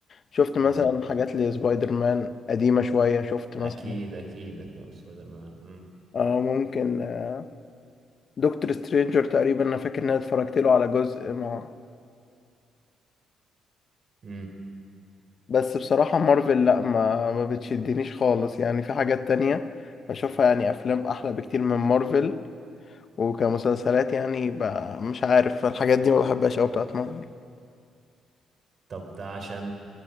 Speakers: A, on the left (about 50°); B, on the right (about 45°).
A: شفت
B: مم.
A: مثلا حاجات لسبايدر مان قديمة شوية شفت
B: اكيد
A: مثلا
B: اكيد افلام سبايدر مان مم.
A: اه ممكن آه، دكتور سترينجر تقريبا انا فاكر ان انا اتفرجت له على جزء مع
B: مم.
A: بس بصراحة مارفل لا ما ما بتشدنيش خالص يعني في حاجات تانية بشوفها يعني أفلام أحلى بكتير من مارفل وكمسلسلات يعني ب- مش عارف الحاجات دي ما بحبهاش أوي بتاعت مارفل
B: طب ده عشان